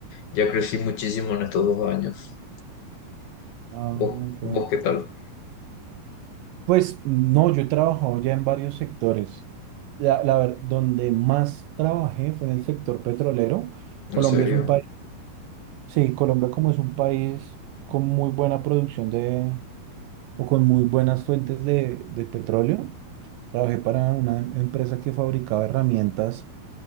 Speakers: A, on the left; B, on the right.
A: ya crecí muchísimo en estos dos años.
B: Ah,
A: ¿Vos,
B: qué
A: vos
B: bueno.
A: qué tal?
B: Pues no, yo he trabajado ya en varios sectores. La, la ver- donde más trabajé fue en el sector petrolero.
A: En
B: Colombia
A: serio.
B: es un país, sí, Colombia como es un país con muy buena producción de, o con muy buenas fuentes de, de petróleo. Trabajé para una em- empresa que fabricaba herramientas